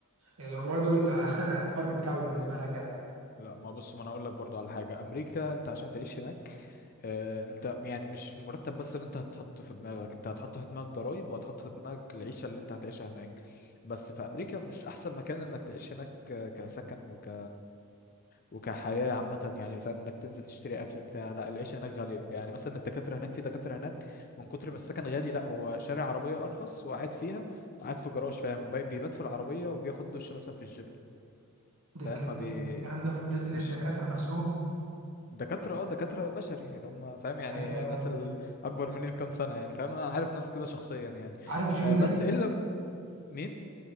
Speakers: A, on the right; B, on the left.
A: 400 دول انت <laughs> فرقة كعب بالنسبه لك يعني
B: لا ما بص ما انا اقول لك برضو على حاجه امريكا انت عشان تعيش هناك آه، انت يعني مش المرتب بس اللي انت هتحطه في دماغك انت هتحط في دماغك ضرايب وهتحط في دماغك العيشه اللي انت هتعيشها هناك بس في امريكا مش احسن مكان انك تعيش هناك ك- كسكن وك وكحياه عامه يعني فاهم انك تنزل تشتري اكل بتاع لا العيشه هناك غاليه يعني مثلا الدكاتره هناك في دكاتره هناك من كتر ما السكن غالي لا هو شارع عربيه ارخص وقاعد فيها قاعد في جراج فاهم بي- بيبات في العربيه وبياخد دش مثلا في الجيم
A: ده
B: فاهم
A: الكلام
B: ما بي
A: ده الكلام ده ل-
B: مش
A: للدكاتره نفسهم
B: دكاترة اه دكاترة بشري يعني هم فاهم يعني
A: غريبه قوي
B: الناس الأكبر
A: غريب
B: مني بكام سنة يعني فاهم أنا عارف ناس كده شخصيا يعني
A: عارف جيم
B: آه،
A: النادي
B: بس إلا مين؟